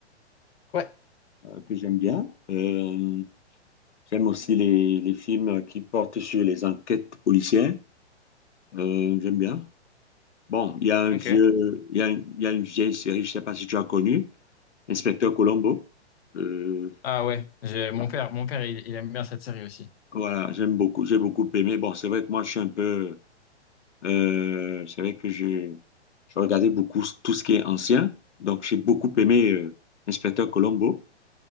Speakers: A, on the left (about 60°); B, on the left (about 80°).
A: Ouais.
B: euh, que j'aime bien. Euh, J'aime aussi les, les films qui portent sur les enquêtes policières. Euh, j'aime bien. Bon, il y a un
A: Ok.
B: vieux, il y a, une il y a une vieille série, je ne sais pas si tu as connu, Inspecteur Colombo. Euh,
A: Ah ouais, j'ai mon
B: ah,
A: père, mon père, il, il aime bien cette série aussi.
B: voilà, j'aime beaucoup, j'ai beaucoup aimé. Bon, c'est vrai que moi, je suis un peu, euh, c'est vrai que je, je regardais beaucoup tout ce qui est ancien. Donc, j'ai beaucoup aimé euh, Inspecteur Colombo